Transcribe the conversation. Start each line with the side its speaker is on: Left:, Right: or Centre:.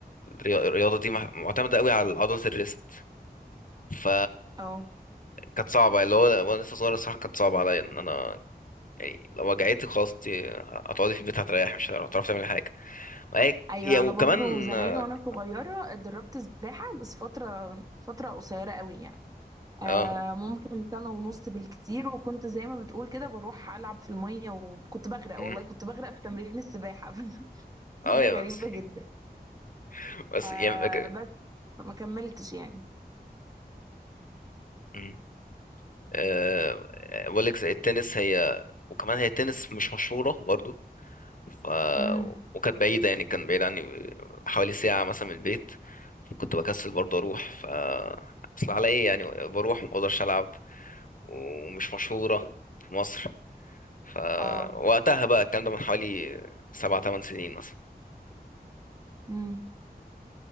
Left: الرياضة دي مع- معتمدة أوي على عضلة الريست ف
Right: اه
Left: كانت صعبة اللي هو وانا لسه صغير الصراحة كانت صعبة عليا ان انا يعني لو وجعتك خلاص انت هتقعدي في البيت هتريحي مش هتعرفي تعملي حاجة وهي-
Right: ايوه
Left: يا وكمان
Right: انا برضو زمان
Left: اه
Right: وانا صغيره اتدربت سباحه بس فتره فتره قصيره قوي يعني آه
Left: اه
Right: ممكن سنة ونص بالكتير وكنت زي ما بتقول كده بروح ألعب في المية وكنت بغرق
Left: مم.
Right: والله كنت بغرق في تمرين السباحة <laughs>
Left: آه
Right: حاجة
Left: يا
Right: غريبة
Left: بس
Right: جدا
Left: <laughs> بس
Right: آه
Left: يعني ك-
Right: بس ما كملتش يعني
Left: مم. آه، بقول لك التنس هي وكمان هي التنس مش مشهورة برضو ف
Right: امم
Left: وكانت بعيدة يعني كان بعيد عني حوالي ساعة مثلا من البيت كنت بكسل برضه اروح ف اصل على ايه يعني بروح ما اقدرش العب ومش مشهورة في مصر فوقتها
Right: اه
Left: بقى الكلام ده من حوالي سبع تمن سنين مثلا
Right: امم